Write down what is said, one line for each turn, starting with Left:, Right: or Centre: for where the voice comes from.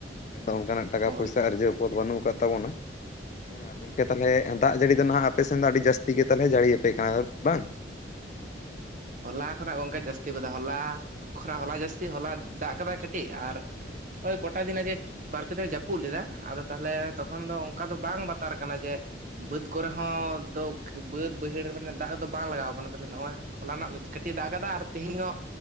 Left: ᱢᱮᱱᱫᱚ ᱚᱱᱠᱟᱱᱟᱜ ᱴᱟᱠᱟ
Right: ᱦᱳᱭ
Left: ᱯᱚᱭᱥᱟᱹ ᱟᱨᱡᱟᱹᱣ ᱯᱚᱫ ᱵᱟᱹᱱᱩᱜ ᱟᱠᱟᱫ ᱛᱟᱵᱚᱱᱟ᱾ ᱦᱮᱸ ᱟᱨ ᱜᱚᱝᱠᱮ ᱛᱟᱦᱚᱞᱮ ᱫᱟᱜ ᱡᱟᱹᱲᱤ ᱫᱚ ᱱᱟᱦᱟᱜ ᱟᱯᱮ ᱥᱮᱱ ᱫᱚ ᱟᱹᱰᱤ ᱡᱟᱹᱥᱛᱤ ᱜᱮ ᱛᱟᱦᱚᱞᱮ ᱡᱟᱹᱲᱤᱭᱟ ᱟᱯᱮ ᱠᱟᱱᱟ ᱵᱟᱝ?
Right: ᱦᱚᱞᱟ ᱠᱷᱚᱱᱟᱜ ᱜᱚᱝᱠᱮ ᱡᱟᱹᱥᱛᱤ ᱠᱟᱫᱟ ᱦᱚᱞᱟ ᱠᱷᱚᱱᱟᱜ ᱦᱚᱞᱟ ᱡᱟᱹᱥᱛᱤ ᱦᱚᱞᱟ ᱫᱟᱜ ᱠᱟᱫᱟᱭ ᱠᱟᱹᱴᱤᱡ ᱟᱨ, ᱦᱳᱭ ᱠᱚᱴᱟ ᱫᱤᱱ ᱟᱜᱮ ᱵᱟᱨ ᱯᱮ ᱫᱤᱱ ᱡᱟᱹᱯᱩᱫ ᱞᱮᱫᱟ ᱟᱫᱚ ᱛᱟᱦᱚᱞᱮ ᱛᱚᱠᱷᱚᱱ ᱫᱚ ᱚᱱᱠᱟ ᱫᱚ ᱵᱟᱝ ᱵᱟᱛᱟᱨ ᱠᱟᱱᱟ ᱡᱮ? ᱵᱟᱹᱫᱽ ᱠᱚᱨᱮ ᱦᱚᱸ ᱫᱚ ᱵᱟᱹᱫᱽ ᱵᱟᱹᱭᱦᱟᱹᱲ ᱨᱮ ᱢᱟᱱᱮ ᱫᱟᱜ ᱫᱚ ᱵᱟᱝ ᱞᱟᱜᱟᱣ ᱠᱟᱱᱟ ᱛᱟᱦᱚᱞᱮ ᱱᱚᱜᱼᱚᱭ? ᱦᱚᱞᱟᱱᱚᱜ ᱠᱟᱹᱴᱤᱡ ᱫᱟᱜ ᱠᱟᱫᱟ ᱟᱨ ᱛᱮᱦᱮᱧᱚᱜ